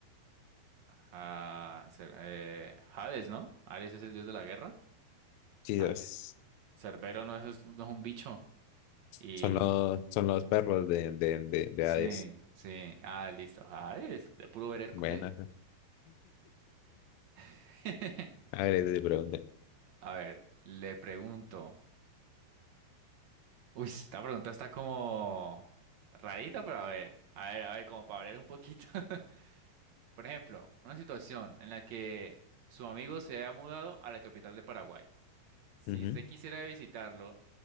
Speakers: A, on the right (about 75°); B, on the left (about 85°).
A: Ah, Cer- eh, Hades, ¿no? Ares es el dios de la guerra.
B: Jesus.
A: Hades. Cerbero no es, no es un bicho. Y.
B: Son los, son los perros de, de, de, de
A: Sí,
B: Hades.
A: sí. Ah, listo. Hades, de puro ver Hércules.
B: Buenas. <laughs>
A: <laughs>
B: A ver, te pregunté.
A: A ver, le pregunto. Uy, esta pregunta está como rarita, pero a ver, a ver, a ver, como para variar un poquito. <laughs> Por ejemplo, una situación en la que su amigo se haya mudado a la capital de Paraguay. Si
B: Ujú.
A: usted quisiera visitarlo,